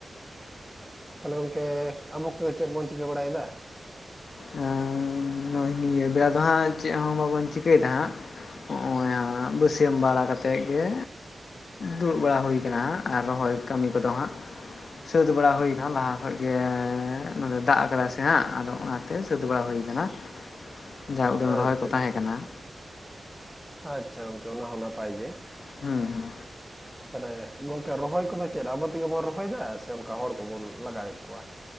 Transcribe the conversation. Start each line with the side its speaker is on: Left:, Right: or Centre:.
Centre: ᱛᱟᱦᱚᱞᱮ ᱜᱚᱝᱠᱮ ᱟᱵᱚ ᱠᱚᱜᱮ ᱪᱮᱫ ᱵᱮᱱ ᱪᱤᱠᱟᱹ ᱵᱟᱲᱟᱭᱮᱫᱟ?
Left: ᱮᱸ ᱱᱚᱜᱼᱚᱭ ᱱᱤᱭᱟᱹ ᱵᱮᱲᱟ ᱫᱚ ᱦᱟᱸᱜ ᱪᱮᱫ ᱦᱚᱸ ᱵᱟᱵᱚᱱ ᱪᱤᱠᱟᱹᱭ ᱫᱟ ᱦᱟᱸᱜ᱾ ᱱᱚᱜᱼᱚᱭ ᱟᱸᱜ ᱵᱟᱹᱥᱤᱭᱟᱹᱢ ᱵᱟᱲᱟ ᱠᱟᱛᱮᱫ ᱜᱮ ᱫᱩᱲᱩᱵ ᱵᱟᱲᱟ ᱦᱩᱭ ᱠᱟᱱᱟ ᱦᱟᱸᱜ ᱟᱨ ᱨᱚᱦᱚᱭ ᱠᱟᱹᱢᱤ ᱠᱚᱫᱚ ᱦᱟᱸᱜ ᱥᱟᱹᱛ ᱵᱟᱲᱟ ᱦᱩᱭᱱᱟ ᱞᱟᱦᱟ ᱠᱷᱚᱡ ᱜᱮ ᱱᱚᱸᱰᱮ ᱫᱟᱜ ᱠᱟᱫᱟᱭ ᱥᱮ ᱦᱟᱸᱜ ᱟᱫᱚ ᱚᱱᱟ ᱛᱮ ᱥᱟᱹᱛ ᱵᱟᱲᱟ ᱦᱩᱭ ᱠᱟᱱᱟ ᱡᱟ ᱩᱰᱟᱹᱝ ᱨᱚᱦᱚᱭ
Centre: ᱟᱪᱪᱷᱟ
Left: ᱠᱚ ᱛᱟᱦᱮᱸ
Centre: ᱟᱪᱪᱷᱟ
Left: ᱠᱟᱱᱟ
Centre: ᱟᱪᱪᱷᱟ ᱜᱚᱢᱠᱮ ᱚᱱᱟᱦᱚᱸ ᱱᱟᱯᱟᱭ ᱜᱮ,
Left: ᱦᱩᱸ ᱦᱩᱸ
Centre: ᱛᱟᱦᱚᱞᱮ ᱜᱚᱝᱠᱮ ᱨᱚᱦᱚᱭ ᱠᱚᱫᱚ ᱪᱮᱫ ᱟᱵᱚ ᱛᱮᱜᱮ ᱵᱚᱱ ᱨᱚᱦᱚᱭᱮᱫᱟ ᱥᱮ ᱚᱱᱠᱟ ᱦᱚᱲ ᱠᱚᱵᱚᱱ ᱞᱟᱜᱟᱣᱮᱫ ᱠᱚᱣᱟ,